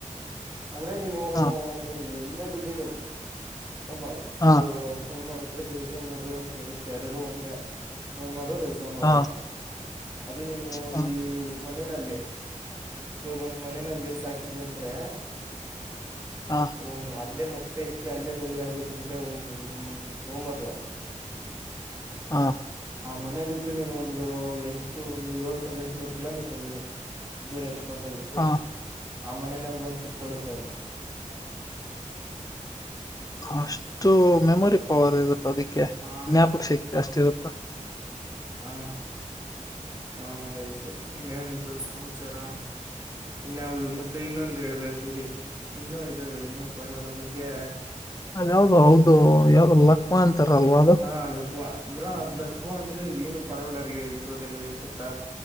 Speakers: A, on the right; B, on the left.
A: ಅಂದ್ರೆ ನೀನು
B: ಹ
A: ನೀನ್ ಎಲ್ಲೇ ಬಿಟ್. ಇರು. ಉಮರು
B: ಹ
A: ಅ. ರಿಸಮರು ಅಂತ ಇರುತ್ತೆ ಎರಡು ಒಂದೇ ಉಮರು ರೈ. ಮರ್
B: ಹ
A: ಅದು ನೀನು
B: ಹ
A: ಈ. ಮನೇನಲ್ಲಿ. ಒಂದ್ ಮನೆನಲ್ಲಿ ಸಾಕಿದ್ವಿ ಅಂದ್ರೆ
B: ಹ
A: ಒಂದು ಅಲ್ಲೆ ಮ. ಟ್ಟೆ ಇಕ್ಕಿ ಅಲ್ಲೇ. ಮರಿ ಆಗುತ್. ಅಂತಂದ್ರೆ ಒಂದು ಓಮರ್
B: ಹಾ
A: ಆ ಮನೆ ಬಿಟ್ಟು ನೀನು ಒಂದು ಎಷ್ಟು ಒಂದು ಏಳ್ನೂರ್ ಎಂಟನೂರ್ ಕಿಲೋಮೀಟರ್ ಬಿಡು ದೂರ ಎತ್ಕೊಂಡೋಗಿ.
B: ಹಾ
A: ಆ ಮನೆನಲ್ ಬಂದು ಕುತ್ಕೊಳ್ಳುತ್ತೆ ಅದು
B: ಅಷ್ಟು ಮೆಮೊರಿ. ಪ್ಪ ಅವರ್ ಇರುತ್ತ ಅದಕ್ಕೆ
A: ಹ
B: ಜ್ಞಾಪಕ ಶಕ್ತಿ ಅಷ್ಟ್ ಇರುತ
A: ಹಾ ಹಾ ಸರಿ ಸರಿ ಇನ್ನೊು ಸಮಾಚಾರ ಇನ್ ಯಾವುದು ಮತ್ತೆ ಇನ್ನೊಂದು ಹೇಳ್ಬೇಕು ರಿ ಇನ್ನೂ ಇದಾವೆ ಇನ್ನು ಪರವಳ ಬಗ್ಗೆ
B: ಅದ ಯಾವ್ದು ಹೌದು <unintelligible> ಅದು
A: ಹಾ ಲಕ್ವಾ ಅಂದ್ರ ಅದ್ ಲಕ್ವಾ ಅಂದ್ರೆ ಏನು ಪರೋಡ್ಗ್ಲಿ ಇಟ್ಟುದೇನ್ ಕುತ್ ತಬ್